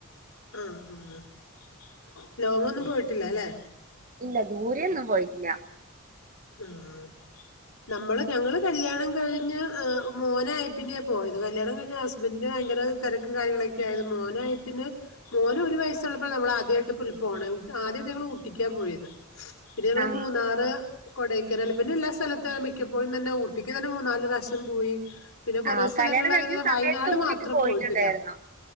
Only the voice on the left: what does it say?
ആ ആ ആ ലോങ്ന്നും പോയിട്ടില്ല ല്ലെ
ആഹ നമ്മള് ഞങ്ങള് കല്യാണം കഴിഞ്ഞ് മോനായി പിന്നെ പോ ഇത് കല്യാണം കഴി ഹസ് ബന്റ് ഭയങ്കര തിരക്കും കാര്യങ്ങളൊക്കെ ആയരുന്നു മോനയപ്പപിന്നെ മോനും ഒരു വയസുള്ളപ്പോൾ നമ്മൾ ആദ്യയിട് ഇക്കുറി പോനെ ആദ്യഅധ ഞങ്ങൾ ഊട്ടി ട്ടിക്ക പോയത് പിന്നെ നങ്ങള്
മൂന്നാറ് കൊടൈക്കനാല് പിന്നെ എല്ലാം സ്ഥലത്ത് മിക്കപ്പോയി തന്നെ ഊട്ടിക്ക് തന്നെ മൂന്നാല് പ്രാവശം പോയി പിന്നെ കൊറേ
സ്ഥലങ്ങളിൽ
അങ്ങനെ
വയനാട്
മാത്രം
പോയിട്ടില്ല